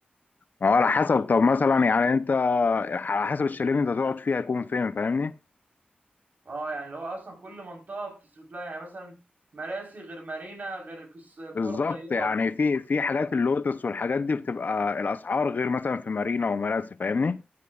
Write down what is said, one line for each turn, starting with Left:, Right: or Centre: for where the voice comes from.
Left: اه على حسب طب مثلا يعني انت على حسب الشاليه اللي انت تقعد فيه هيكون فين فاهمني
Right: اه يعني اللي هو اصلا كل منطقه بتصرف لها يعني مثلا مراسي غير مارينا غير كس- الكره
Left: بالظبط
Right: الطيبه
Left: يعني
Right: اصلا
Left: في في حاجات اللوتس والحاجات دي بتبقى الاسعار غير مثلا في مارينا ومراسي فاهمني